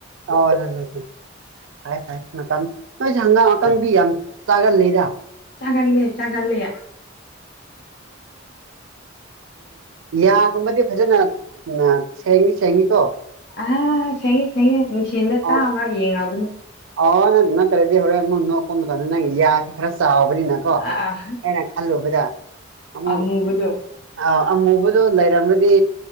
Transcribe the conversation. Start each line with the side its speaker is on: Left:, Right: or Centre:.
Right: ꯑꯣ ꯍꯣꯏ ꯍ ꯍ ꯐꯥꯏ ꯐꯥꯏ ꯃꯇꯝ ꯅꯣꯏꯁꯦ ꯍꯪꯒꯥꯝ ꯑꯀꯪꯕꯤ ꯌꯥꯝ ꯆꯥꯒꯂꯗ
Left: ꯆꯒꯂꯦ ꯆꯒꯂꯦ
Right: ꯌꯥ ꯨꯝꯕꯗꯤ ꯐꯖꯅ ꯎ ꯁꯦꯡ ꯁꯦꯡꯉꯤ ꯀꯣ
Left: ꯑ ꯁꯌꯦꯦ ꯁꯌꯦꯦ ꯅꯨꯡꯊꯤꯟꯗ ꯆꯥꯝꯃ
Right: ꯑꯣ
Left: ꯌꯦꯡꯉꯕꯅꯦ
Right: ꯑꯣ ꯅ ꯅꯠꯇ꯭ꯔꯗꯤ ꯍꯣꯔꯦꯟ ꯑꯃꯨꯛ ꯅꯣꯛ ꯀ ꯃꯇꯝꯗ ꯅꯪ ꯌꯥꯁꯤꯦ ꯈꯔ ꯆꯥꯎꯕꯅꯤꯅꯀꯣ
Left: ꯑꯥ
Right: ꯑꯩꯅ ꯈꯜꯂꯨꯕꯗ ꯑꯃꯨꯛ
Left: ꯑꯃꯨꯕꯗꯣ
Right: ꯑ ꯑꯃꯨ ꯑꯗꯨ ꯂꯩꯔꯝꯃꯗꯤ